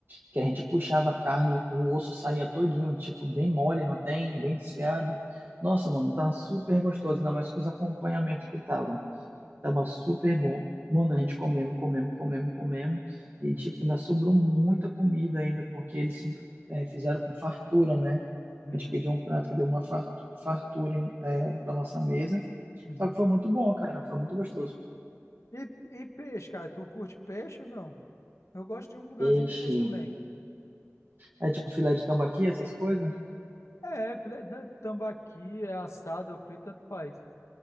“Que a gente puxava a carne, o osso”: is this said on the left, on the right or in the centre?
Right